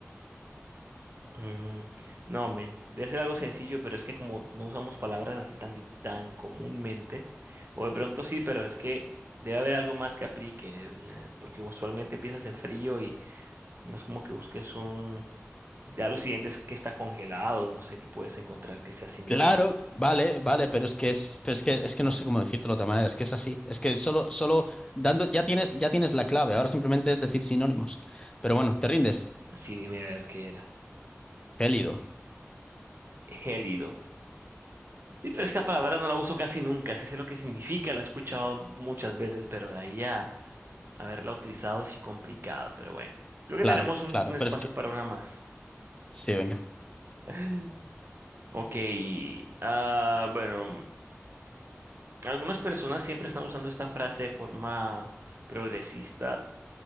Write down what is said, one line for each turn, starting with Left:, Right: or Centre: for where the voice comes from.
Right: Mm, No, men, debe ser algo sencillo, pero es que como no usamos palabras así tan, di- tan comúnmente, o de pronto sí, pero es que debe haber algo más que aplique, mm, eh, porque usualmente piensas en frío y no es como que busques un... Ya lo siguiente es que está congelado, no sé qué puedes encontrar que sea similar.
Left: Claro, vale, vale, pero es que es, pero es que es que no sé cómo decírtelo de otra manera, es que es así, es que solo, solo dando, ya tienes, ya tienes la clave, ahora simplemente es decir sinónimos. Pero bueno, te rindes,
Right: Sí, dime a ver qué era.
Left: gélido,
Right: Gélido. Sí, pero esta palabra no la uso casi nunca, sí sé lo que significa, la he escuchado muchas veces, pero de ahí a... haberla utilizado sí complicado, pero bueno. Creo que
Left: claro,
Right: tenemos un,
Left: claro,
Right: un espacio
Left: pero es que,
Right: para una más.
Left: sí, venga,
Right: <laughs> Ok. ah, bueno, algunas personas siempre están usando esta frase de forma progresista.